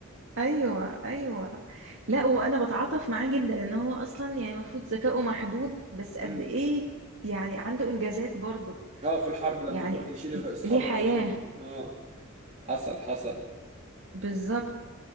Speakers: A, on the right (about 65°); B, on the right (about 35°).
A: ايوه ايوه لا وانا بتعاطف معاه جدا ان هو اصلا يعني المفروض ذكائه محدود بس قد
B: امم
A: ايه يعني عنده انجازات برضه
B: اه في الحرب لما
A: يعني
B: بيقعد يشيل اصحابه
A: ليه حياة
B: عشان ي- اه حصل حصل
A: بالظبط